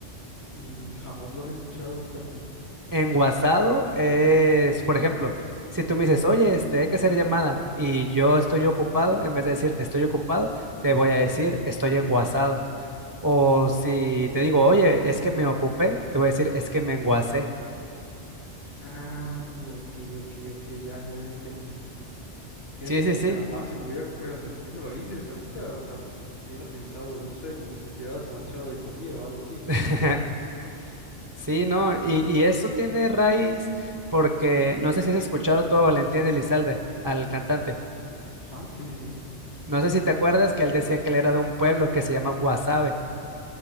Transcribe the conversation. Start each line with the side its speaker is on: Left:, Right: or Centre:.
Left: Mm, jamás lo había escuchado, carnal.
Right: Enguasado es, por ejemplo, si tú me dices, oye, este, hay que hacer llamada, y yo estoy ocupado, en vez de decirte estoy ocupado, te voy a decir estoy enguasado. O si te digo, oye, es que me ocupé, te voy a decir es que me enguasé.
Left: Ah, ok, ok, ok, ya, ya le entendí. Fíjate
Right: Sí,
Left: que
Right: sí, sí.
Left: jamás se me hubiera ocurrido, o sea, si tú me lo dices ahorita, o sea, hubiera pensado, no sé, como si te hubieras manchado de comida o algo así, ¿no?
Right: <laughs> Sí, no, y, y eso tiene raíz porque no sé si has escuchado tú a Valentín Elizalde, al cantante.
Left: Ajá, sí, sí. sí.
Right: No sé si te acuerdas que él decía que él era de un pueblo que se llama Guasave.